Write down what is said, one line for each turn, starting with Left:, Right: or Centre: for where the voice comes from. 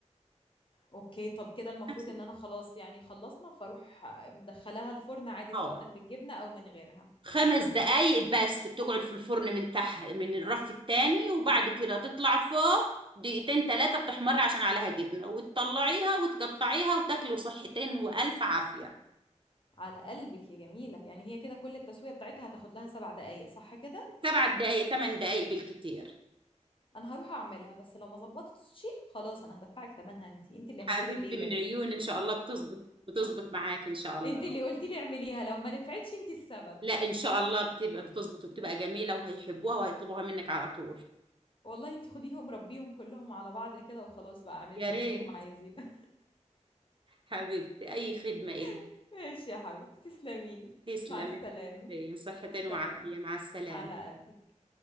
Left: اوكي طب كده المفروض
Right: نفس
Left: ان انا خلاص يعني خلصنا فاروح مدخلاها الفرن عادي
Right: اه
Left: سواء بالجبنه او من غيرها
Right: خمس دقايق بس بتقعد في الفرن من تحت من الرف التاني وبعد كده تطلع فوق دقيقتين تلاتة بتحمر عشان عليها جبنة وتطلعيها وتقطعيها وتاكلوا صحتين وألف عافية
Left: على قلبك يا جميله يعني هي كده كل التسويه بتاعتها هتاخد لها سبع دقائق صح كده
Right: سبع دقايق تمن دقايق بالكتير
Left: انا هروح اعملها بس لو ما ظبطتش خلاص انا هدفعك ثمنها انت انت اللي
Right: حبيبتي
Left: هتشيلي الليله
Right: من
Left: دي
Right: عيوني إن شاء الله بتظبط بتظبط معاك إن شاء الله
Left: انت اللي قلتي لي اعمليها لو ما نفعتش انت السبب
Right: لا إن شاء الله بتبقى بتظبط وبتبقى جميلة وهيحبوها وهيطلبوها منك على طول
Left: والله انت خديهم ربيهم كلهم على بعض كده وخلاص بقى اعملي
Right: يا
Left: لهم
Right: ريت
Left: اللي هم عايزينه
Right: حبيبتي أي خدمة إلي
Left: <laughs> ماشي يا حبيبتي تسلمي لي
Right: تسلمي
Left: مع السلامه
Right: صحتين وعافية
Left: سلام
Right: مع السلامة
Left: على قلبك